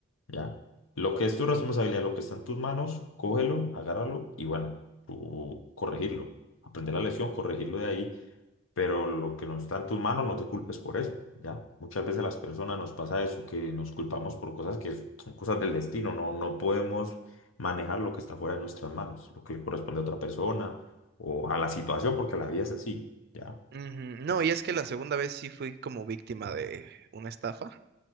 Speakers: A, on the left; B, on the right.
A: ¿ya? Lo que es tu responsabilidad, lo que está en tus manos, cógelo, agárralo y bueno, tú corregirlo. Aprender la lección, corregirlo de ahí Pero lo que no está en tus manos, no te culpes por eso, ¿ya? Muchas veces las personas nos pasa eso, que nos culpamos por cosas que son cosas del destino, no, no podemos manejar lo que está fuera de nuestras manos, lo que le corresponde a otra persona o a la situación, porque la vida es así, ¿ya?
B: ujú. No,
A: Pues sí.
B: y es que la segunda vez sí fui como víctima de una estafa.